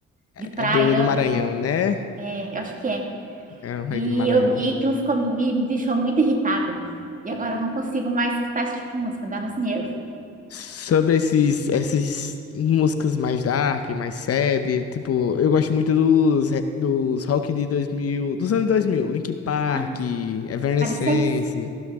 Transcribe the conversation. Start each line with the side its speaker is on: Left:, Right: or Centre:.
Left: É
Right: de praia,
Left: do, do Maranhão,
Right: Ana.
Left: né?
Right: É, eu acho que é.
Left: É o reggae
Right: E,
Left: do Maranhão.
Right: eu, e aquilo ficou, me, me deixou muito irritada. E agora eu não consigo mais escutar esse tipo de música, dá nos nervos.
Left: Sobre esses, essas músicas mais dark, mais sad, tipo, eu gosto muito dos, re- dos rock de 2000, dos anos 2000, Linkin Park,
Right: Ah,
Left: Evanescence,
Right: Evanescence?